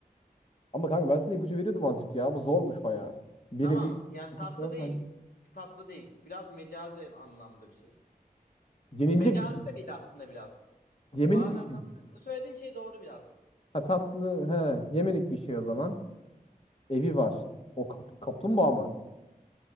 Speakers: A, on the left; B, on the left.
A: Ama kanka ben sana ipucu veriyordum azıcık ya. Bu zormuş bayağı. Birebir.
B: Tamam yani
A: Bu
B: tatlı
A: Nasıl lan
B: değil.
A: ben-
B: Tatlı değil. Biraz mecazi anlamda bir şey.
A: Yenilecek
B: Mecazi
A: bir şey.
B: de değil aslında biraz.
A: Yemelik
B: Bazen
A: bir şey
B: tatlı.
A: mi?
B: Söylediğin şey doğru birazcık.
A: Ha tatlı, he yemelik bir şey o zaman. Evi var. O kap- kaplumbağa mı?